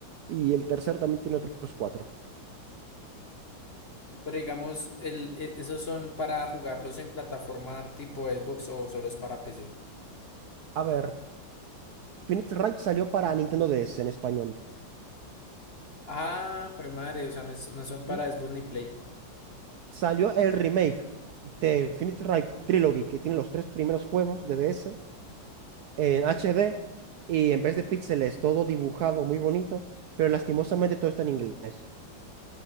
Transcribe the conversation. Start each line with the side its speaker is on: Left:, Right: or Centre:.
Right: y el tercero también tiene otros cuatro.
Left: Pero digamos, el, e- esos son para jugarlos en plataforma tipo Xbox o solo es para PC.
Right: A ver, Phoenix Ranch salió para Nintendo DS en español.
Left: Ah, jue madre, o sea, no, es- no son para
Right: ¿Mm?
Left: Xbox ni Play.
Right: Salió el remake de Phoenix Wright Trilogy, que tiene los tres primeros juegos de DS en HD y en vez de píxeles, todo dibujado muy bonito, pero lastimosamente todo está en inglés.